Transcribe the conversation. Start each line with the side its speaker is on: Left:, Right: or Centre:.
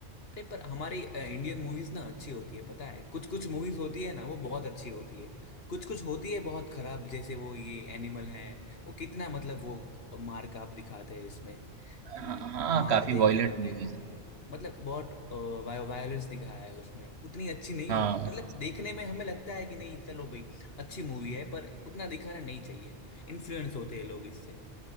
Left: अरे पर हमारी अ, इंडियन मूवीज ना अच्छी होती है पता है कुछ कुछ मूवीज होती है ना वो बहुत अच्छी होती है कुछ कुछ होती है बहुत खराब जैसे वो ये एनिमल है वो कितना मतलब वो मार काप दिखाते हैं इसमें कि
Right: हाँ हाँ,
Left: मार
Right: काफी
Left: देंगे
Right: वॉयलेंट
Left: बंदे
Right: मूवीज
Left: को मतलब बहुत वायोलेंस दिखाया है उसमें उतनी अच्छी नहीं
Right: हाँ
Left: होती मतलब देखने में हमें लगता है कि नहीं चलो भाई अच्छी मूवी है पर उतना दिखाना नहीं चाहिए इन्फ्लुएंस होते हैं लोग इससे